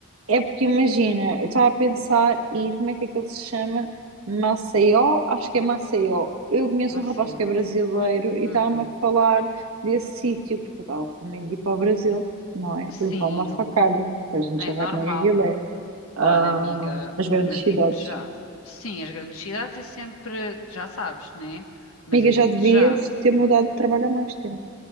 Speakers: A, on the right; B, on the left.
A: É porque imagina, eu estava a pensar ir, como é que aquilo se chama? Maceió? Acho que é Maceió. Eu conheço
B: Maceió.
A: um rapaz que é brasileiro e
B: Hum.
A: estava-me a falar desse sítio, porque eu estava com medo de ir para o Brasil, não é?
B: Sim,
A: E levar uma facada, pois a gente
B: é
A: já
B: normal.
A: sabe como é que aquilo é. Ah,
B: Olha, amiga,
A: as grandes
B: mas
A: cidades.
B: digo-te já. Sim, as grandes cidades é sempre, já sabes, né? Mas
A: Amiga,
B: eu
A: já
B: digo-te
A: devias
B: já,
A: ter mudado de trabalho há mais tempo.